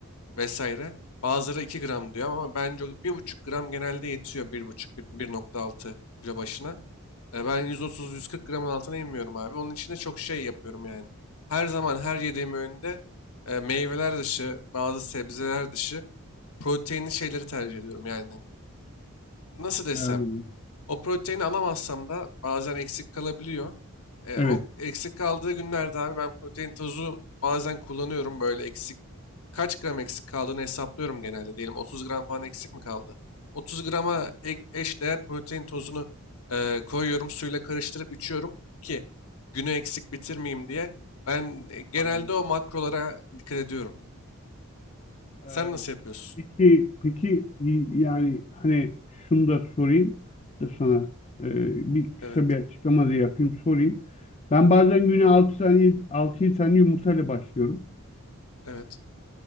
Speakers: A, on the left; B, on the left.
A: vesaire. Bazıları 2 gram diyor ama bence o bir buçuk gram genelde yetiyor bir buçuk bir 16 kilo başına. Ee, ben 130-140 gramın altına inmiyorum abi. Onun için de çok şey yapıyorum yani. Her zaman her yediğim öğünde e, meyveler dışı, bazı sebzeler dışı proteinli şeyleri tercih ediyorum. Yani nasıl desem
B: Ee,
A: o proteini alamazsam da bazen eksik kalabiliyor. E,
B: evet.
A: o eksik kaldığı günlerde abi ben protein tozu bazen kullanıyorum böyle eksik. Kaç gram eksik kaldığını hesaplıyorum genelde. Diyelim 30 gram falan eksik mi kaldı? 30 grama ek, eş değer protein tozunu e, koyuyorum. Suyla karıştırıp içiyorum ki günü eksik bitirmeyeyim diye. Ben e, genelde
B: Anladım.
A: o makrolara dikkat ediyorum.
B: Ee,
A: Sen nasıl yapıyorsun?
B: Peki, peki y- yani hani şunu da sorayım da sana e, bir kısa
A: Evet,
B: bir açıklama da yapayım sorayım. Ben bazen güne 6 tane 6 tane yumurtayla başlıyorum.
A: evet,